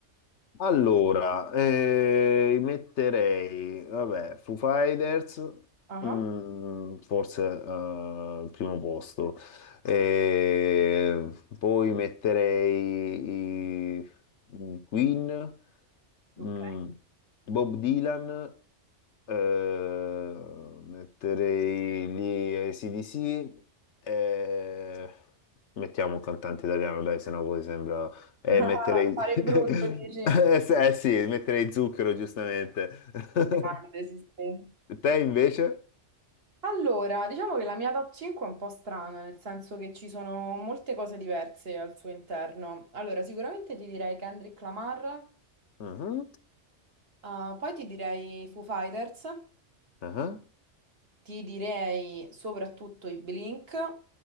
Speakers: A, on the left (about 75°); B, on the right (about 55°).
A: Allora, eh, metterei, vabbè, Foo Fighters,
B: Ah,
A: mm, forse eh, al primo posto. Eh, poi metterei i, i Queen,
B: ok.
A: mm, Bob Dylan, eh, metterei lì AC/DC, eh, mettiamo un cantante italiano, dai, se no poi sembra e
B: <laughs> Ah,
A: metterei...
B: Fare
A: <laughs>
B: brutto, dici.
A: Eh sì, eh sì, metterei zucchero, giustamente. <laughs>
B: Grande, sì, sì.
A: Te invece?
B: Allora, diciamo che la mia top 5 è un po' strana, nel senso che ci sono molte cose diverse al suo interno. Allora, sicuramente ti direi Kendrick Lamar,
A: Mhm,
B: ah, poi ti direi Foo Fighters.
A: mhm.
B: Ti direi soprattutto i Blink,